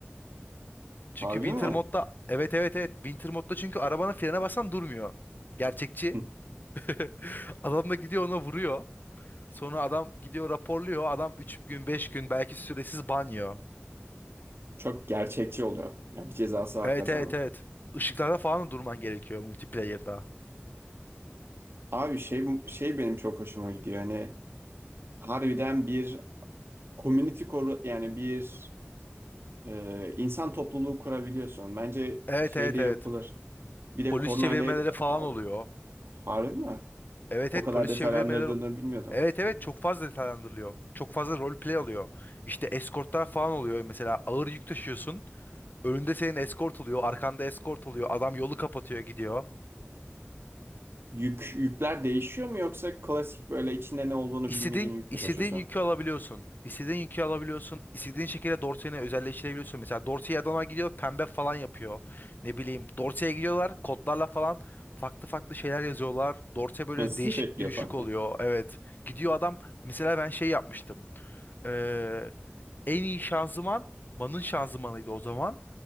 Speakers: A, on the left (about 45°); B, on the right (about 60°).
A: Çünkü
B: Harbi
A: Winter
B: mi?
A: modda evet evet evet Winter modda çünkü arabanın frene basan durmuyor. Gerçekçi.
B: <laughs>
A: <laughs> Adam da gidiyor ona vuruyor. Sonra adam gidiyor raporluyor. Adam 3 gün 5 gün belki süresiz banyo.
B: Çok gerçekçi oluyor. Ya bir cezası var
A: Evet
B: kazanın.
A: evet evet. Işıklarda falan da durman gerekiyor multiplayer'da.
B: Abi şey şey benim çok hoşuma gidiyor. Hani harbiden bir community koru yani bir e, insan topluluğu kurabiliyorsun. Bence
A: Evet
B: şey
A: evet
B: de yapılır.
A: evet.
B: Bir de
A: Polis
B: kornayla
A: çevirmeleri falan
B: al,
A: oluyor.
B: harbi mi?
A: Evet
B: O
A: evet
B: kadar
A: polis
B: detaylandırdığını
A: çevirmeleri...
B: bilmiyordum.
A: Evet evet çok fazla detaylandırılıyor. Çok fazla roleplay oluyor. İşte eskortlar falan oluyor. Mesela ağır yük taşıyorsun. Önünde senin eskort oluyor. Arkanda eskort oluyor. Adam yolu kapatıyor gidiyor.
B: Yük, yükler değişiyor mu yoksa klasik böyle içinde ne olduğunu
A: İstediğin,
B: bilmediğin yük
A: istediğin
B: mü taşıyorsun?
A: yükü alabiliyorsun. İstediğin yükü alabiliyorsun. İstediğin şekilde Dorsey'ini özelleştirebiliyorsun. Mesela Dorsey Adana gidiyor pembe falan yapıyor. Ne bileyim Dorsey'e gidiyorlar kodlarla falan farklı farklı şeyler yazıyorlar. Dorsey böyle
B: <laughs> Sürekli
A: değişik düşük
B: falan.
A: oluyor. Evet. Gidiyor adam mesela ben şey yapmıştım. Ee, en iyi şanzıman Man'ın şanzımanıydı o zaman.